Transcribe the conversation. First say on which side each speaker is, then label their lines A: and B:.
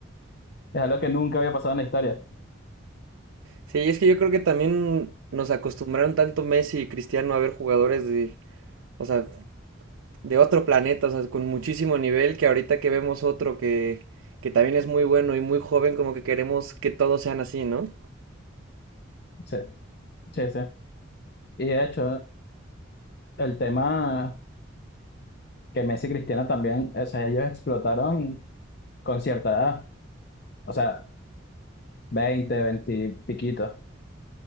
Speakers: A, on the left; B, on the right.
A: es algo que nunca había pasado en la historia.
B: Sí, es que yo creo que también nos acostumbraron tanto Messi y Cristiano a ver jugadores de, o sea, de otro planeta, o sea, con muchísimo nivel, que ahorita que vemos otro que, que también es muy bueno y muy joven, como que queremos que todos sean así, ¿no?
A: Sí, sí, sí. Y de hecho, el tema que Messi y Cristiano también, o sea, ellos explotaron con cierta edad. O sea, 20 20 piquitos.